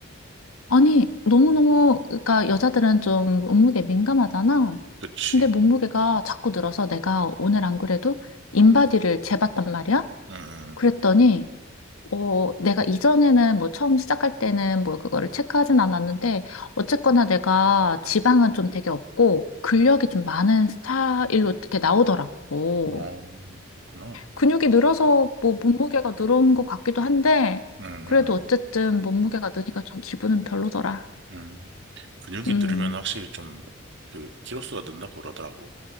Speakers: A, on the left (about 85°); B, on the right (about 55°).
A: 아니, 너무너무, 그러니까 여자들은 좀 몸무게 민감하잖아.
B: 그치.
A: 근데 몸무게가 자꾸 늘어서 내가 오늘 안 그래도 인바디를
B: 음,
A: 재봤단 말이야?
B: 음, 음.
A: 그랬더니, 어, 내가 이전에는 뭐 처음 시작할 때는 뭐 그거를 체크하진 않았는데, 어쨌거나 내가 지방은 좀 되게 없고, 근력이 좀 많은 스타일로 이렇게 나오더라고.
B: 어, 그렇구나.
A: 근육이 늘어서 뭐 몸무게가 늘어온 것 같기도 한데,
B: 음, 음,
A: 그래도 어쨌든 몸무게가 느니까 좀 기분은 별로더라.
B: 음. 근육이
A: 음.
B: 늘으면 확실히 좀, 그, 키로수가 는다 그러더라고.